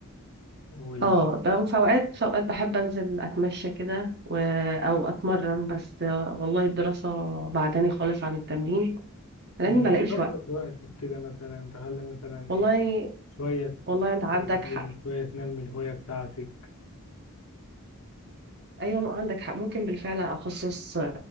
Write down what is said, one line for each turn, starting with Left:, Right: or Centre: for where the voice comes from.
Left: وال
Right: اه بقى في اوقات في اوقات بحب انزل اتمشى كده و... او اتمرن بس والله الدراسة بعداني خالص عن التمرين لاني
Left: طب ما
Right: بلاقيش
Left: تظبط
Right: وقت
Left: وقتك كده مثلا تخلي مثلا
Right: والله
Left: ايه شوية
Right: والله انت عندك
Left: تذاكر فيهم
Right: حق
Left: وشوية تنمي الهواية بتاعتك
Right: ايوه عندك حق ممكن بالفعل اخصص